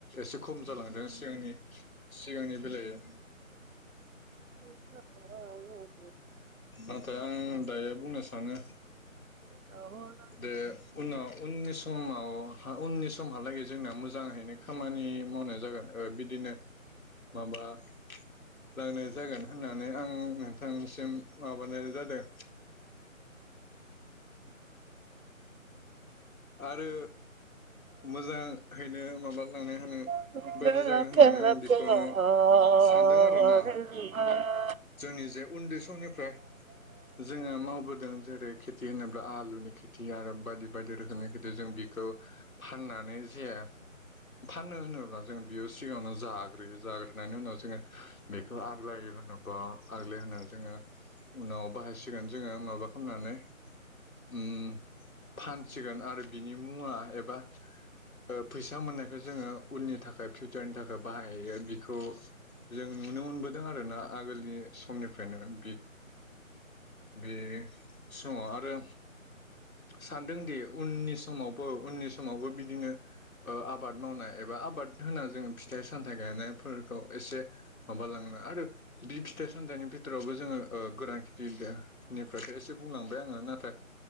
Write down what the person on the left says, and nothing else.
एसे खम जालांदों सिगांनि सिगांनि बेलायो
नाथाय आं दायो बुंनो सानो
दे उनाव उननि समाव उननि समहालागै जोंना मोजाहैनो खामानि नि मावनाय जागोन ओ बिदिनो माबा नि लांनाय जागोन होननानै आं नोंथांनिसिम माबानाय जादों आरो मोजाहैनो माबालांनो होनो
बायदि जागोन होननानै आं बेखौनो सानदों आरोना जोंनि जे उन्दै समनिफ्राय जोङो मावबोदों जेरै खेथि होनोब्ला आलुनि खेथि। खेथि आरो बायदि बायदि रोखोमनि खेथि जों बिखौ फाननानै जे फाननो होनोब्ला जों बियो सिगाङावनो जाग्रोयो जाग्रोननि उनाव जोङो बेखौ आग्लायो होननो आग्लाय होना जोङो उनाव बाहायसिगोन जोङो माबा खामनानै उम फानसिगोन आरो बिनि मुवा एबा ओ फैसा मोननायखौ जोङो उननि थाखाय फिउचारनि थाखाय बाहायो बिखौ जों नुनो मोनबोदों आरो ना। आगोलनि समनिफ्रायनो बि बे समाव आरो सानदोंदि उननि समावबो उननि समावबो बिदिनो ओ आबाद मावनाय एबा आबाद होना जोङो फिथाइ सामथाइ गायनायफोरखौ एसे माबालांनो आरो बि फिथाइ सामथाइनि भितोरावबो जोङो ओ गोरान खेथि दे निफ्रायथ एसे बुंलांबाय आङो नाथाय